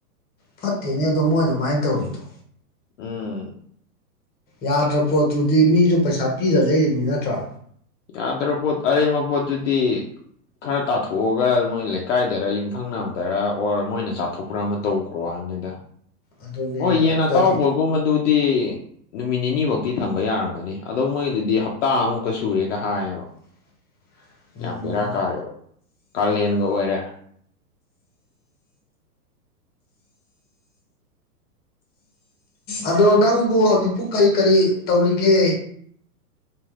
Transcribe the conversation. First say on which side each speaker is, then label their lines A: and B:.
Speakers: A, on the left; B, on the left.
A: ꯐꯠꯇꯦꯅꯦ ꯑꯗꯣ ꯃꯣꯏ ꯑꯗꯨꯃꯥꯏꯅ ꯇꯧꯔꯤꯗꯣ
B: ꯎꯝ
A: ꯌꯥꯗ꯭ꯔ ꯄꯣꯠꯇꯨꯗꯤ ꯃꯤꯁꯨ ꯄꯩꯁꯥ ꯄꯤꯔ ꯂꯩꯔꯤꯅꯤ ꯅꯠꯇ꯭ꯔꯥ
B: ꯌꯥꯗ꯭ꯔꯕ ꯄꯣꯠ ꯑꯔꯦꯝꯕ ꯄꯣꯠꯇꯨꯗꯤ ꯈꯔ ꯇꯥꯊꯣꯛꯑꯒ ꯃꯣꯏ ꯂꯩꯀꯥꯏꯗꯔ ꯌꯨꯝꯊꯪꯅꯕꯗꯔ ꯑꯣꯔ ꯃꯣꯏꯅ ꯆꯥꯊꯣꯛ ꯄꯨꯔꯥ ꯑꯃ ꯇꯧꯈ꯭ꯔꯣ ꯍꯥꯏꯕꯅꯤꯗ
A: ꯑꯗꯨꯅꯦ
B: ꯍꯣꯏ ꯌꯦꯟ ꯑꯇꯥꯎꯕꯒꯨꯝꯕꯗꯨꯗꯤ
A: ꯀꯔꯤ
B: ꯅꯨꯃꯤꯠ ꯅꯤꯅꯤ ꯐꯧꯛꯇꯤ ꯊꯝꯕ ꯌꯥꯔꯝꯒꯅꯤ ꯑꯗꯣ ꯃꯣꯏꯗꯨꯗꯤ ꯍꯞꯇꯥꯃꯨꯛꯀ ꯁꯨꯔꯦꯒ ꯍꯥꯏꯌꯦꯕ
A: <inaudible> ꯎꯝ
B: ꯌꯥꯝ ꯕꯦꯔꯥ ꯀꯥꯔꯦꯕ ꯀꯥꯂꯦꯟꯒ ꯑꯣꯏꯔꯦ
A: ꯑꯗꯣ ꯅꯪꯕꯨ ꯍꯧꯖꯤꯛꯄꯨ ꯀꯔꯤ ꯀꯔꯤ ꯇꯧꯔꯤꯒꯦ